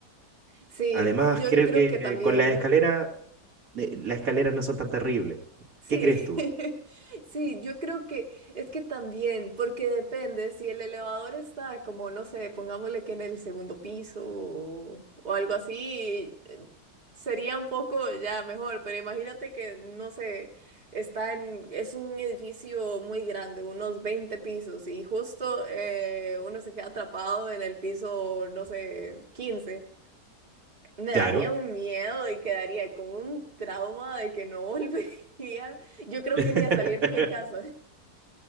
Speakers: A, on the right; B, on the right.
A: Sí,
B: Además,
A: yo
B: creo
A: creo
B: que
A: que también.
B: eh, con las escaleras, eh, las escaleras no son tan terribles.
A: Sí,
B: ¿Qué crees tú?
A: <laughs> sí, yo creo que es que también, porque depende, si el elevador está como, no sé, pongámosle que en el segundo piso o, o algo así, eh, sería un poco ya mejor, pero imagínate que, no sé, está en, es un edificio muy grande, unos 20 pisos, y justo eh, uno se queda atrapado en el piso, no sé, 15. Me
B: Claro.
A: daría un miedo y quedaría con un trauma de que no <laughs> volvería. Yo creo
B: <laughs>
A: que ni a salir de mi casa.